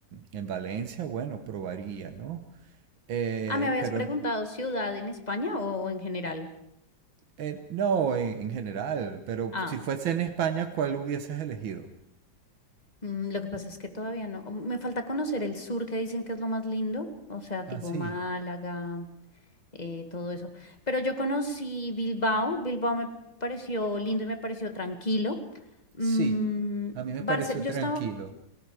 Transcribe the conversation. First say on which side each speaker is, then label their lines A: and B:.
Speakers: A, on the right; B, on the left.
A: en Valencia, bueno, probaría, ¿no? Eh,
B: Ah, ¿me habías
A: pero
B: preguntado ciudad en España o en general?
A: Eh, no, en, en general, pero
B: Ah,
A: si fuese en España, ¿cuál hubieses elegido?
B: Mm, Lo que pasa es que todavía no. Me falta conocer el sur, que dicen que es lo más lindo, o sea, tipo
A: Ah, sí,
B: Málaga, eh, todo eso. Pero yo conocí Bilbao, Bilbao me pareció lindo y me pareció tranquilo. Mm,
A: sí. A mí me
B: Barcel-
A: pareció
B: yo
A: tranquilo.
B: estaba,